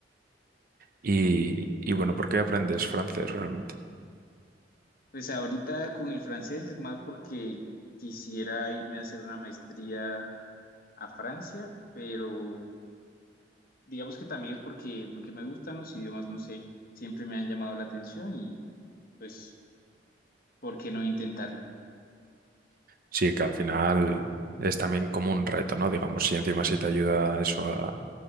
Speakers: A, on the right (about 50°); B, on the left (about 50°).
A: Y, y bueno, ¿por qué aprendes francés realmente?
B: Pues ahorita con el francés es más porque quisiera irme a hacer una maestría a Francia, pero digamos que también es porque, porque me gustan los idiomas, no sé, siempre me han llamado la atención y pues, ¿por qué no intentarlo?
A: Sí, que al final es también como un reto, ¿no? Digamos, si encima si te ayuda eso a,